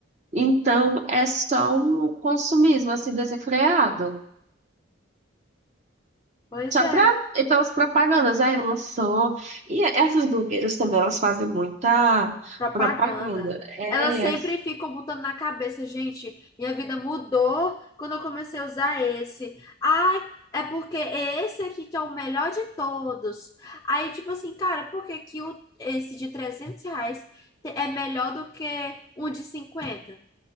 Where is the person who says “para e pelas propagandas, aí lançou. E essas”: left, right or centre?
Right